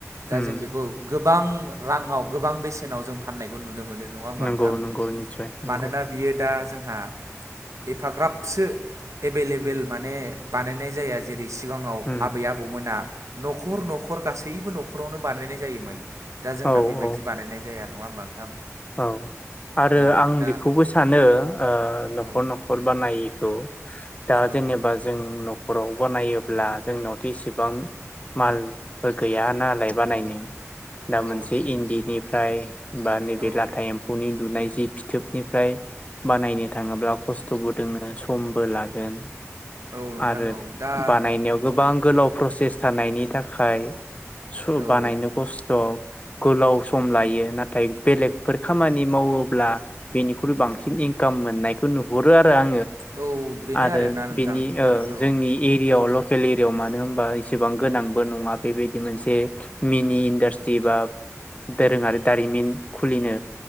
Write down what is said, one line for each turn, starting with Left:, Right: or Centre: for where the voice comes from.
Right: दा
Left: उम
Right: जों बेखौ <unintelligible> गोबां राङाव गोबां बेसेनाव जों फाननायखौ नुनो मोनो नङा होनबा
Left: नंगौ
Right: नोंथां
Left: नंगौ निस्सय नंगौ
Right: मानोना बियो दा जोंहा एफाग्राबसो एभेलेबेल माने बानायनाय जाया जेरै सिगाङाव
Left: उम
Right: आबै आबौमोना न'खर न'खर गासैबो न'खरावनो बानायनाय जायोमोन दा जोंहा
Left: औ
Right: बेबायदि
Left: औ
Right: बानायनाय जाया <unintelligible> नङा <unintelligible> नोंथां
Left: औ आरो
Right: ओ
Left: आं
Right: दा
Left: बेखौबो सानो ओ न'खर
Right: औ
Left: न'खर बानाय <unintelligible> <unintelligible> दा
Right: औ
Left: जेनेबा जों न <unintelligible> बानायोब्ला जोंनावथ' इसिबां मालफोर गैया नालाय बानायनो दा
Right: औ
Left: मोनसे इन्दिनि <unintelligible> बे
Right: औ
Left: लाथा एम्फौनि लुनाय <unintelligible> फिथोबनिफ्राय बानायनो थाङोब्ला खस्थ'बो दङ समबो लागोन
Right: औ नोंथां
Left: आरो
Right: औ दा
Left: बानायनायाव गोबां गोलाव प्रसेस <unintelligible> नायनि थाखाय सु
Right: ओ औ
Left: बानायनो खस्थ' गोलाव सम लायो नाथाय बेलेगफोर खामानि मावोब्ला बेनिख्रुइ बांसिन इनकाम मोननायखौ नुहरो आ
Right: औ बेनो
Left: <unintelligible> ओरो
Right: आरोना नोंथां
Left: बेनि ओ
Right: औ
Left: जोंनि एरियायावल' <unintelligible> मानो होनबा एसेबां गोनांबो नङा बेबायदि मोनसे मिनि इन्डास्ट्रि बा दोरोङारि दारिमिन खुलिनो